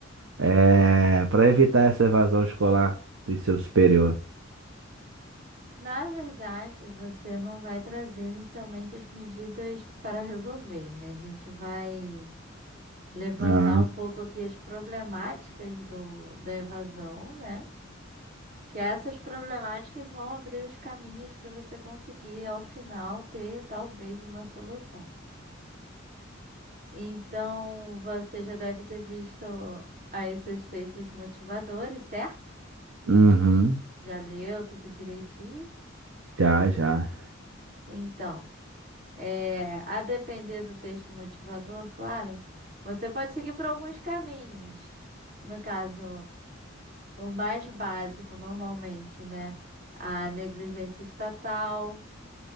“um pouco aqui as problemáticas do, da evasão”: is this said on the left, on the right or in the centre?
Right